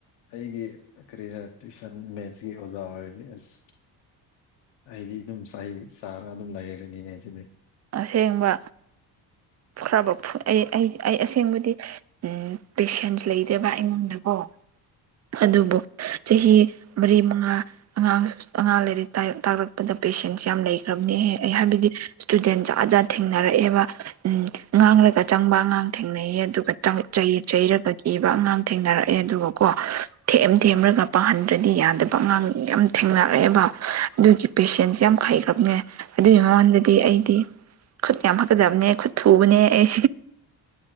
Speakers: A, on the left (about 75°); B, on the right (about 40°).
A: ꯑꯩꯒꯤ ꯀꯔꯤꯔ ꯇ꯭ꯋꯨꯁꯟ ꯃꯦꯠꯁꯀꯤ ꯑꯣꯖꯥ ꯑꯣꯏꯁꯤ ꯑꯁ ꯑꯩꯗꯤ ꯑꯗꯨꯝ ꯆꯍꯤ ꯆꯥꯔꯒ ꯑꯗꯨꯝ ꯂꯩꯔꯅꯤ ꯁꯤꯗꯤ
B: ꯑꯁꯦꯡꯕ ꯈ꯭ꯔꯕ ꯑꯩ ꯑꯩ ꯑꯁꯦꯡꯕꯗꯤ ꯎꯨꯝ ꯄꯦꯁꯦꯟꯁ ꯂꯩꯇꯦꯕ ꯑꯩꯉꯣꯟꯗꯀꯣ ꯑꯗꯨꯕꯨ ꯆꯍꯤ ꯃꯔꯤ ꯃꯉꯥ ꯑꯉꯥꯡ ꯑꯉꯥꯡ ꯂꯥꯏꯔꯤꯛ ꯇꯥꯔꯛꯄꯗ ꯄꯦꯁꯦꯟꯁ ꯌꯥꯝ ꯂꯩꯈ꯭ꯔꯕꯅꯤꯍ ꯑꯩ ꯍꯥꯏꯕꯗꯤ ꯏꯁꯇꯨꯗꯦꯟꯖꯥꯠꯖꯥꯠ ꯊꯦꯡꯅꯔꯛꯑꯦꯕ ꯎꯝ ꯉꯥꯡꯂꯒ ꯆꯪꯕ ꯑꯉꯥꯡ ꯊꯦꯡꯅꯩꯌꯦ ꯑꯗꯨꯒ ꯆꯩ ꯆꯩꯔꯒ ꯀꯤꯕ ꯑꯉꯥꯡ ꯊꯦꯡꯅꯔꯛꯑꯦ ꯑꯗꯨꯒꯀꯣ ꯊꯦꯝꯑꯦꯝ ꯊꯦꯝꯔꯒ ꯄꯥꯍꯟꯗ꯭ꯔꯗꯤ ꯌꯥꯗꯕ ꯑꯉꯥꯡ ꯌꯥꯝ ꯊꯦꯡꯅꯔꯛꯑꯦꯕ ꯑꯗꯨꯒꯤ ꯄꯦꯁꯦꯟꯁ ꯌꯥꯝ ꯍꯩꯈ꯭ꯔꯕꯅꯦ ꯑꯗꯨꯒꯤ ꯃꯃꯥꯡꯗꯗꯤ ꯑꯩꯗꯤ ꯈꯨꯠ ꯌꯥꯝ ꯍꯥꯛꯀꯖꯕꯅꯦ ꯈꯨꯠ ꯊꯨꯕꯅꯦ ꯑꯩ